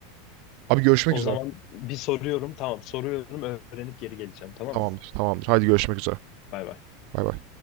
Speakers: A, on the right; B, on the left.
A: Abi görüşmek
B: O
A: üzere.
B: zaman bir soruyorum. Tamam. Soruyorum. Öğrenip geri geleceğim. Tamam
A: Tamamdır,
B: mı?
A: tamamdır. Haydi görüşmek üzere.
B: Bay bay.
A: Bay bay.